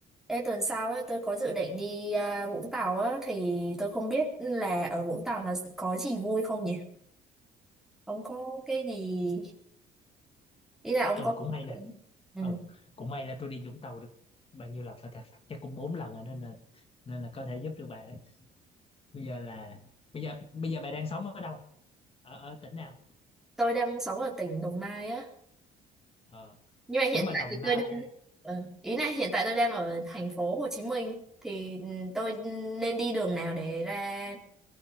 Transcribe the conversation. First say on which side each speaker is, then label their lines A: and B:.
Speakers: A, in the centre; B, on the left (about 35°).
A: Ê, tuần sau ấy, tôi có dự định đi à, Vũng Tàu á, thì tôi không biết là ở Vũng Tàu nó có gì vui không nhỉ? Ông có cái gì... Ý là ông
B: ừ
A: có...
B: cũng may là
A: Ừ.
B: ừ cũng may là tôi đi Vũng Tàu được bao nhiêu lần rồi ta chắc cũng bốn lần rồi nên là nên là có thể giúp được bà đấy bây giờ là bây giờ bây giờ bà đang sống ở đâu ở ở tỉnh nào
A: Tôi đang sống ở tỉnh Đồng Nai á.
B: ờ
A: Nhưng mà hiện
B: nếu mà
A: tại
B: Đồng
A: thì
B: Nai
A: tôi đang... Ừ. Ý là hiện tại tôi đang ở thành phố Hồ Chí Minh. Thì ừ, tôi nên đi đường nào để ra